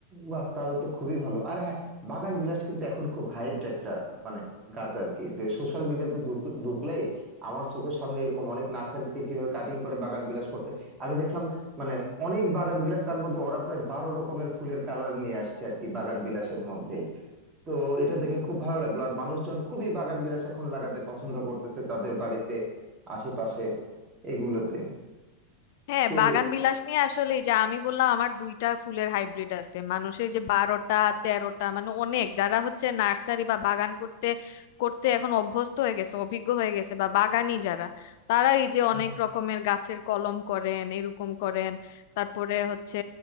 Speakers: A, on the right; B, on the left.
A: বাহ তাহলে তো খুবই ভালো আর হ্যাঁ বাগান বিলাস কিন্তু এখন খুব হাইপড একটা মানে গাছ আর কি যে সোশ্যাল মিডিয়াতে ঢুকলেই আমার চোখের সামনে এরকম অনেক নার্সারি থেকে কিভাবে কাটিং করে বাগান বিলাস করছে আমি দেখলাম মানে অনেক বাগান বিলাস তার মধ্যে ওরা প্রায় বারো রকমের ফুলের কালার নিয়ে আসছে আর কি বাগান বিলাসের মধ্যে তো এটা দেখে খুব ভালো লাগলো আর মানুষজন খুবই বাগান বিলাস এখন লাগাতে পছন্দ করতেছে তাদের বাড়িতে আশেপাশে এগুলোতে
B: হ্যাঁ
A: তো
B: বাগান বিলাস নিয়ে আসলে এই যে আমি বললাম আমার দুইটা ফুলের হাইব্রিড আছে মানুষের যে বারোটা তেরোটা মানে অনেক যারা হচ্ছে নার্সারি বা বাগান করতে করতে এখন অভ্যস্ত হয়ে গেছে অভিজ্ঞ হয়ে গেছে বা বাগানি যারা তারা এই যে
A: হুম।
B: অনেক রকমের গাছের কলম করেন এরকম করেন তারপরে হচ্ছে